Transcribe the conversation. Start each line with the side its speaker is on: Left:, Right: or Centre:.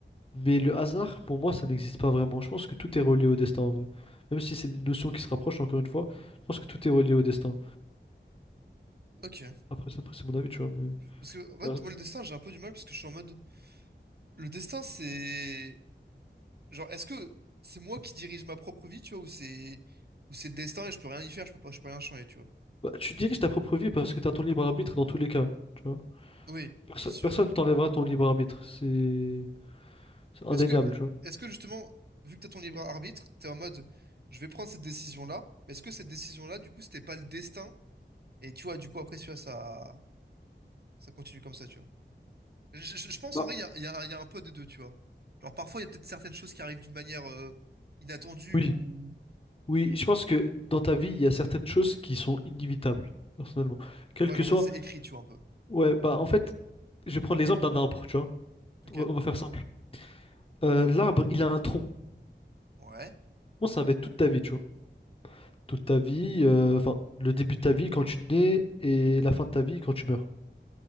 Left: Mais le hasard, pour moi, ça n'existe pas vraiment. Je pense que tout est relié au destin en vrai. Même si c'est des notions qui se rapprochent, encore une fois, je pense que tout est relié au destin.
Right: Ok.
Left: Après, ça- après, c'est mon avis, tu vois. Mais...
Right: Parce que, en fait,
Left: Par exemple,
Right: moi, le destin, j'ai un peu du mal parce que je suis en mode... Le destin, c'est... Genre, est-ce que c'est moi qui dirige ma propre vie, tu vois, ou c'est ou c'est le destin et je peux rien y faire, je peux pas, je peux rien changer, tu vois.
Left: bah, tu diriges ta propre vie parce que tu as ton libre arbitre dans tous les cas, tu vois.
Right: Oui,
Left: Perso-
Right: c'est sûr,
Left: personne
Right: ouais, tu vois.
Left: t'enlèvera ton libre arbitre. C'est c'est indéniable,
Right: Mais Est-ce que mais
Left: tu vois.
Right: est-ce que justement, vu que t'as ton libre arbitre, t'es en mode je vais prendre cette décision-là, mais est-ce que cette décision-là, du coup, c'était pas le destin? Et tu vois, du coup, après, tu vois, ça, ça continue comme ça, tu vois. Je, je- je pense
Left: Bah,
Right: en vrai, il y a, il y a- il y a un peu des deux, tu vois. Genre, parfois, il y a peut-être certaines choses qui arrivent d'une manière euh, inattendue
Left: Oui.
Right: ou.
Left: Oui, je pense que dans ta vie, il y a certaines choses qui sont inévitables, personnellement. Quel
Right: Ouais,
Left: que
Right: genre,
Left: soit.
Right: en mode c'est écrit, tu vois, un peu.
Left: Ouais, bah en fait, je vais prendre l'exemple d'un arbre, tu vois.
Right: Ok?
Left: On va on va faire simple. Euh, l'arbre, il a un tronc.
Right: Ouais.
Left: Moi, ça va être toute ta vie, tu vois. toute ta vie, euh, enfin, le début de ta vie quand tu nais et la fin de ta vie quand tu meurs.